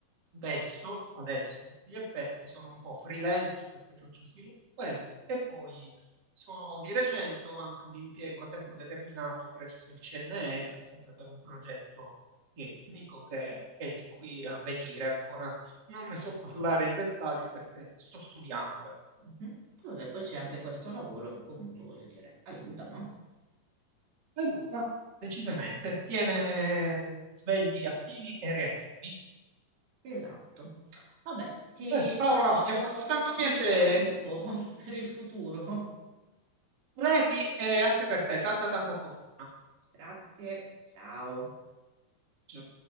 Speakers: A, on the right (about 30°); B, on the right (about 85°).
A: adesso, adesso a tutti gli effetti, sono un po' freelance perché faccio sviluppo web e poi sono- di recente ho anche un impiego a tempo determinato presso il CNR, sempre per un progetto etnico che è di qui a venire, ancora non ne so parlare in dettaglio perché sto studiando. eh.
B: Mhm. Vabbè, poi c'è anche questo lavoro che comunque, voglio dire, aiuta, no?
A: Aiuta, decisamente, tiene svegli attivi e reattivi.
B: Esatto. Vabbè, ti
A: Eh, Paola,
B: faccio
A: mi ha fatto tanto
B: in
A: piacere.
B: bocca al lupo <laughs> per il futuro.
A: Repi e anche per te, tanta tanta fortuna.
B: Grazie, ciao.
A: Ciao.